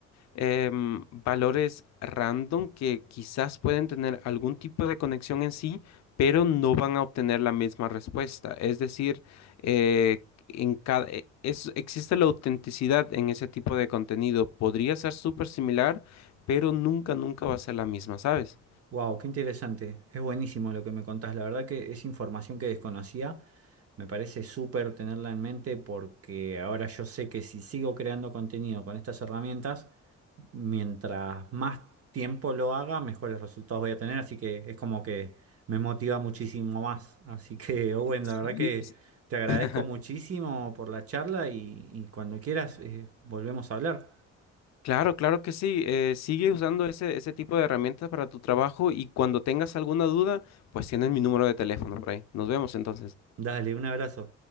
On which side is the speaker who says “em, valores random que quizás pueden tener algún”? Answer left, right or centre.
Left